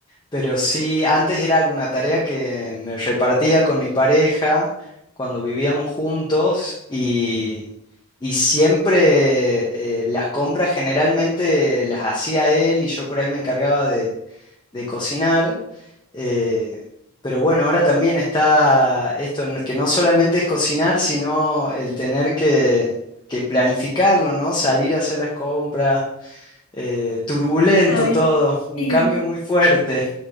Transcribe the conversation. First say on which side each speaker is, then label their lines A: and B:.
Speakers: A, on the left; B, on the left.
A: pero sí, antes era alguna tarea que me repartía con mi pareja cuando vivíamos juntos y, y siempre eh, las compras generalmente las hacía él y yo por ahí me encargaba de cocinar. eh, pero bueno, ahora también está esto, no- que no solamente es cocinar, sino el tener que, que planificarlo, ¿no? Salir a hacer las compras, eh, turbulento
B: A ver.
A: todo, un
B: sí.
A: cambio muy fuerte.